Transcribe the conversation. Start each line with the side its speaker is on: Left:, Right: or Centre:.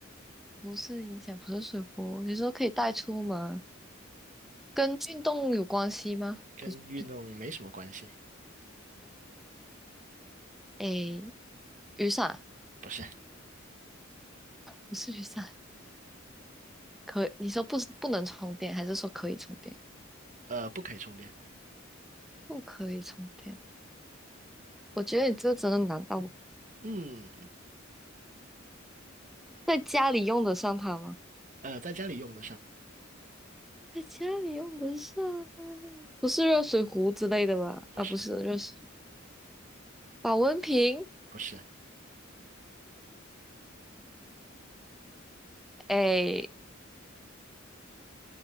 Centre: 不是影响不是水壶，你说可以带出门，跟运动有关系吗？
Right: 跟运动没什么关系，
Centre: 不，不诶，雨伞
Right: 不是
Centre: 不是雨伞，可你说不是不能充电，还是说可以充电？
Right: 呃，不可以充电。
Centre: 不可以充电，我觉得你这个真的难到我
Right: 嗯，
Centre: 在家里用得上它吗？
Right: 呃，在家里用得上。
Centre: 在家里用得上，不是热水壶之类的吧？
Right: 不是
Centre: 啊，不是热水，保温瓶。
Right: 不是，
Centre: 诶，